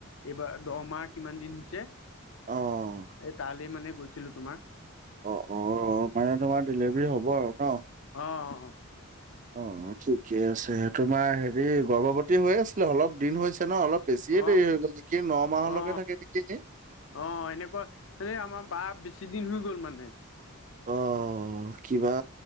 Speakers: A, on the left; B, on the right.
A: এইবাৰ দহমাহ কিমান দিন হৈছে
B: অ'।
A: এ তালে মানে গৈছিলো তোমাৰ
B: অ অ মানে তোমাৰ ডেলিভাৰী হ'ব আৰু ন
A: অ অ অ
B: অ ঠিকে আছে তোমাৰ হেৰি গৰ্ভৱতী হৈ আছে। অলপ দিন হৈছে ন অলপ বেছিয়ে
A: অ
B: দেৰিয়ে হৈ গ'ল নে কি ন মাহলৈকে
A: অ অ
B: থাকে নিকি এনে
A: অ এনেকুৱা মানে আমাৰ বা বেছি দিন হৈ গ'ল মানে।
B: অ কিবা